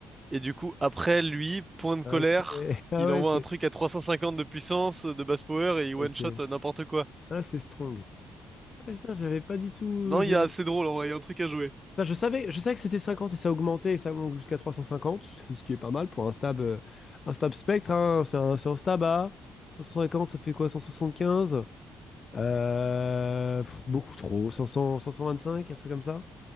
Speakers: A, on the right; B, on the left.
A: Et du coup, après lui, point de
B: ah,
A: colère,
B: ok. <laughs> Ah
A: il
B: ouais,
A: envoie
B: c'est...
A: un truc à 350 de puissance, euh, de basse power et il
B: Ok.
A: one shot euh, n'importe quoi.
B: Ah, c'est strong. Ah, putain, j'avais pas du tout...
A: Non,
B: j'ai-
A: il y a assez drôle en vrai, il y a un truc à jouer.
B: Putain, je savais, je savais que c'était 50 et ça augmentait et ça monte jusqu'à 350, ce ce qui est pas mal pour un stab, euh, un stab spectre, hein. C'est un, c'est un stab à 150, ça fait quoi, 175? Euh, pff, beaucoup trop, 500, 525, un truc comme ça?